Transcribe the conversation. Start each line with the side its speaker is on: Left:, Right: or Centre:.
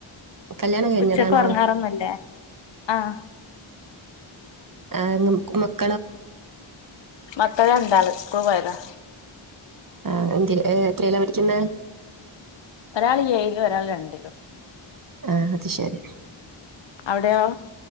Right: കല്യാണം കഴിഞ്ഞതാണോ
Left: ഉച്ചക്ക് ഒറങ്ങാറൊന്നൂല്ലേ ആഹ്
Right: ആഹ് <unintelligible>
Left: മറ്റേ രണ്ടാളും സ്ക്കൂള് പോയതാ
Right: ആഹ് എന്തിര് ഏഹ് എത്രേലാ പഠിക്കുന്നേ
Left: ഒരാള് ഏഴിലും ഒരാള് രണ്ടിലും
Right: ആഹ് അത് ശരി
Left: അവിടെയോ